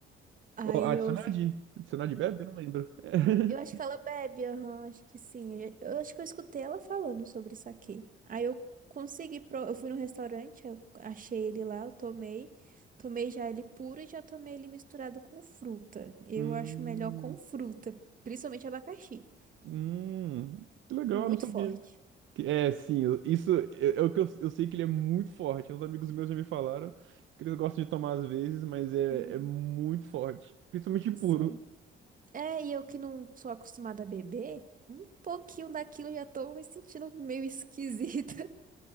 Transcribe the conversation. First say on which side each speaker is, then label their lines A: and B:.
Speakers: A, on the right; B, on the right.
A: Aí
B: Ó, adicionar
A: eu fiquei.
B: de? Adicionar de bebe? Eu não lembro. <laughs>
A: Eu acho que ela bebe, aham, acho que sim. Eu eu acho que eu escutei ela falando sobre saquê. Aí eu consegui, pro- eu fui no restaurante, eu achei ele lá, eu tomei. Tomei já ele puro e já tomei ele misturado com fruta. Eu
B: Hum,
A: acho melhor com fruta, principalmente abacaxi.
B: hum, que legal,
A: É muito
B: eu não sabia.
A: forte.
B: Que- É, sim, eu- isso é, é o que eu, eu sei que ele é muito forte. Uns amigos meus já me falaram que eles gostam de tomar às vezes, mas é,
A: Uhum.
B: é muito forte. Principalmente puro.
A: Sim. É, e eu que não sou acostumada a beber, um pouquinho daquilo eu já tô me sentindo meio <laughs> esquisita.